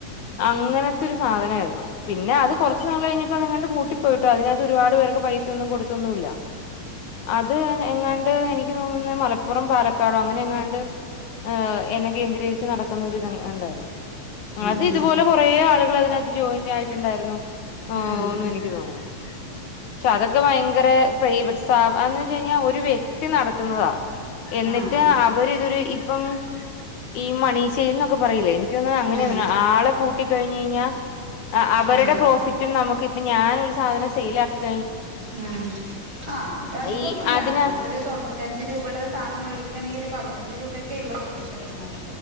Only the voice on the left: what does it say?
അങ്ങനെത്തെ ഒര് സാധനായിരുന്നു പിന്നെ അത് കൊറച്ച് നാൾ കഴിഞ്ഞപ്പോ അതെങ്ങാണ്ട് പൂട്ടി പോയിട്ടോ അതിന് അകെത്ത് ഒരുപാട് പേർക്ക് പൈസൊന്നും കൊട്ത്തൊന്നും ഇല്ല അത് എങ്ങാണ്ട് എനിക്ക് തോന്നുന്നെ മലപ്പു പ്പുറം പാലക്കാടോ അങ്ങനെ എങ്ങാണ്ട് ഏ എന്നെ കേന്ദ്രീകരിച്ച് നടക്ക്ന്നൊരു ഇതെങ്ങാണ്ട് ആയിരുന്നു അത്
ഇതുപോലെ കൊറേ ആളുകൾ അതിന് അകെത്ത് ജോയിൻ ആയിട്ട് ഇണ്ടായിരുന്നു
ഓന്ന്
എനിക്ക് തോന്നുന്നു ക്ഷെ അതൊക്കെ ഭയങ്കരെ പ്രൈവറ്റ് സ്ഥാപ അയെന്ന് വെച്ച് കഴിഞ്ഞാ ഒരു വ്യക്തി നടത്തുന്നെതാ എന്നിട്ട്
അവര് ഇതൊരു ഇപ്പം ഈ മണീ ചെയിൻന്നൊക്കെ പറിയിലെ എനിക്ക് തോന്നുന്നു അങ്ങനെ
തോന്നുന്നു ആളെ കൂട്ടി കഴിഞ്ഞെഴിഞ്ഞാൽ അ അവരുടെ
പ്രോഫിറ്റും നമുക്ക് കി ഇപ്പ ഞാനൊര് സാധനം സെയിൽ ആക്കിട്ട്
ഈ
അതിനകത്ത്